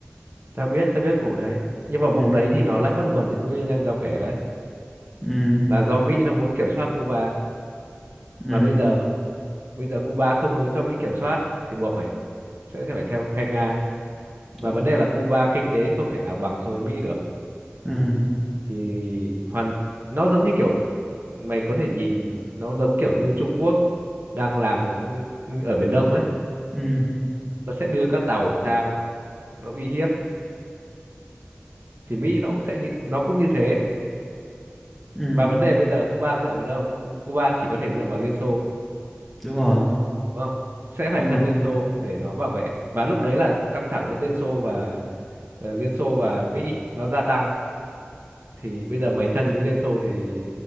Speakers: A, on the right; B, in the centre.
A: tao biết tao biết vụ đấy nhưng mà vụ
B: Ừ.
A: đấy thì nó lại bắt nguồn từ cái nguyên nhân tao kể đấy
B: Ừ.
A: là do Mỹ nó muốn kiểm soát Cuba
B: Ừ,
A: mà bây giờ bây giờ Cuba không muốn cho Mỹ kiểm soát thì buộc phải sẽ sẽ phải theo phe Nga mà
B: đúng
A: vấn
B: rồi.
A: đề là Cuba kinh tế không thể nào bằng so với Mỹ được
B: Ừ.
A: thì hoàn nó giống như kiểu mày có thể nhìn nó giống kiểu như Trung Quốc đang làm với, ở Biển Đông ấy
B: Ừ.
A: nó sẽ đưa các tàu sang nó uy hiếp thì Mỹ nó cũng sẽ như nó cũng như thế
B: Ừ,
A: và vấn đề bây giờ Cuba dựa vào đâu Cu- Cuba chỉ có thể dựa vào Liên Xô
B: đúng rồi.
A: đúng không sẽ phải
B: Đúng
A: thân
B: rồi.
A: Liên Xô để nó bảo vệ và lúc đấy là căng thẳng giữa Liên Xô và ờ, Liên Xô và Mỹ nó gia tăng thì bây giờ mày thân với Liên Xô thì